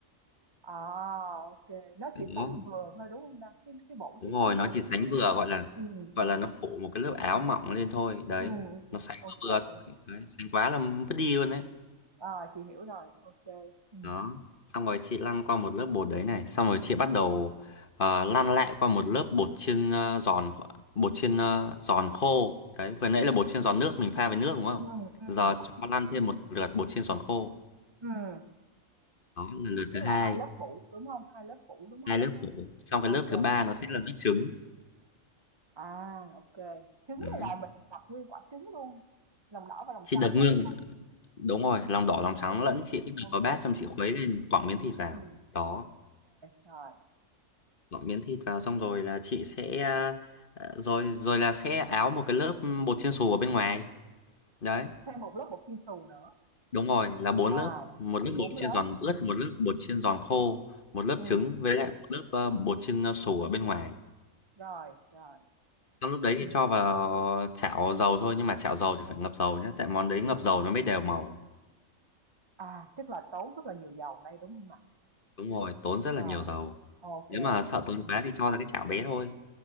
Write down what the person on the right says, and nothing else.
à, ô nó
chỉ sánh vừa thôi, đúng không ta? Cái cái bộ
chỉ
sánh
vừa
thôi, đúng
không?
Ừm, ừm.
ừ ừ
ok
kê.
Ờ, chị hiểu rồi, ok ừ
ừ ừ ừm,
ừm,
Tức
là 2 lớp phủ, đúng không hai lớp phủ, đúng không
ok
kê,
à, ô Trứng
này là mình đặt nguyên quả trứng luôn, lòng đỏ và lòng
trắng
luôn
hả Đăng?
Ừ,
ô
kê,
ừm,
rồi.
Thêm một lớp bột chiên xù nữa,
à,
4
lớp,
ừm,
ừm,
rồi, rồi,
ừm.
À, tức là tốn rất là nhiều dầu đây, đúng không nào
Ờ,
ok
em,
ừ